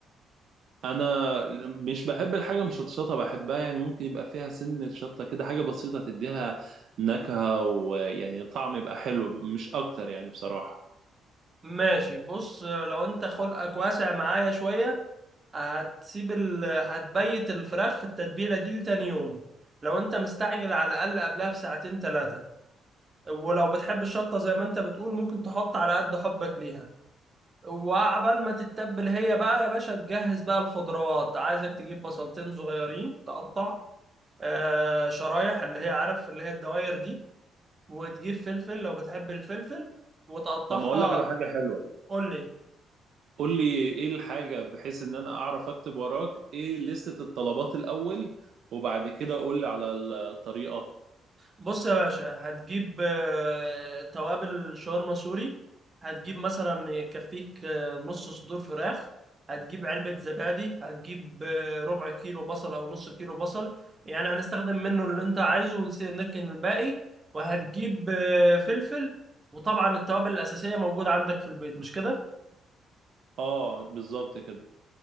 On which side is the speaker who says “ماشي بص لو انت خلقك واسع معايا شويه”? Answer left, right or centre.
Right